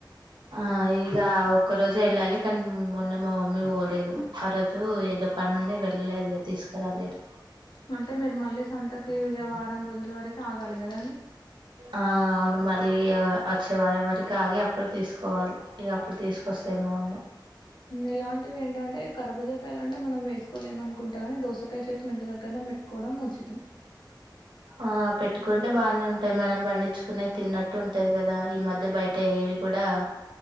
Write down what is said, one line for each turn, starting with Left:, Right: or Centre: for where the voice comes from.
Right: ఆ ఇగా ఒక్క రోజె వెళ్ళాలి కానీ మొన్న మ మ మమ్మీ పోలేదు ఆ రోజు ఏదో పని ఉండి వెళ్ళలేదు ఇగ తీసుకరాలేదు,
Left: అంటే మీరు మళ్ళీ సంతకి ఇగ వారం రోజుల వరకు ఆగాలి కదాండి,
Right: ఆ అవును మద్ ళ్ళీ ఆ వచ్చే వారం వరకి ఆగి అప్పుడు తీసుకోవాలి ఇగ అప్పుడు తీసుకొస్తది మా అమ్మ
Left: ఇలాంటివి ఏంటంటే కరుబుజాకాయలాంటే మనం వేస్ కోలేమనుకుంటాగానీ దోసకాయ చెట్లు ఇంటి దగ్గరనే పెట్టుకోవడం ఉచితం
Right: ఆ పెట్టుకుంటే బాగానే ఉంటాయ్, మనం పండించుకునే తిన్నట్టు ఉంటది కదా ఈ మధ్య బయట ఏవి కూడా